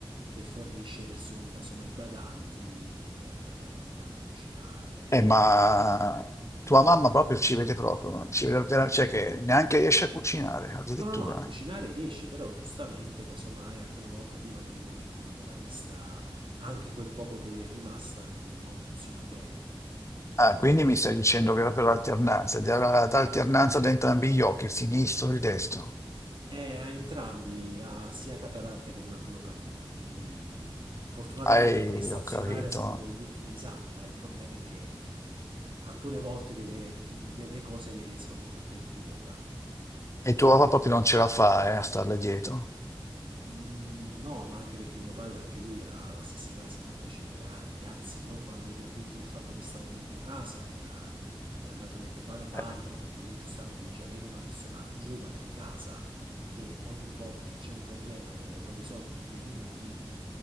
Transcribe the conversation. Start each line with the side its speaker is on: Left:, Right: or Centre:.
Right: che fornisce persone casomai badanti per dare una mano a cucinare.
Left: Eh, ma tua mamma proprio ci vede proprio, ci vede vera- cioè che neanche riesce a cucinare, addirittura.
Right: No, no, no, a cucinare riesce, però giustamente, casomai, alcune volte arrivano dei momenti dove la vista, anche quel poco che le è rimasta, non funziona bene.
Left: Ah, quindi mi stai dicendo che era per l'alternanza, data l'alternanza da entrambi gli occhi, il sinistro e il destro.
Right: Eh, a entrambi ha sia cataratta che maculopatia, quindi fortunatamente
Left: Ehi,
Right: è stazionaria
Left: ho capito.
Right: secondo gli ultimi esami, ma il problema è che alcune volte delle, delle cose le riescono con molte difficoltà.
Left: E tua papà proprio non ce la fa, eh, a starle dietro.
Right: Mm, No, ma anche perché mio padre, anche lui ha la stessa età, 75 anni. Anzi, io quando gli ho detto del fatto che stavo vedendo casa è, a- è andato nel totale panico
Left: Eh,
Right: perché lui giustamente dice avere una persona giovane a casa che ogni volta se c'è un problema lo, lo risolve in due minuti,